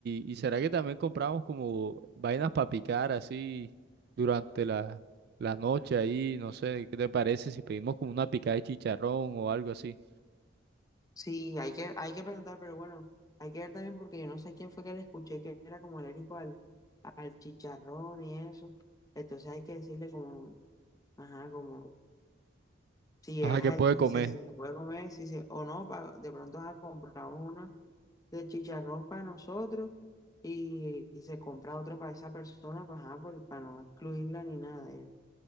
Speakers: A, on the right; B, on the left.
A: y, y será que también compramos como vainas para picar así durante la, la noche ahí, no sé, ¿qué te parece si pedimos como una picada de chicharrón o algo así?
B: Sí, hay que, hay que preguntar, pero bueno, hay que ver también porque yo no sé quién fue que le escuché que era como alérgico al, al chicharrón y eso. Entonces hay que decirle como, ajá, como si
A: Ajá,
B: es al,
A: ¿qué puede comer?
B: si, si se puede comer, si se, o no, pa- de pronto ajá, compramos una de chicharrón para nosotros y, y se compra otro para esa persona, pues, ajá, por- para no excluirla ni nada. ya.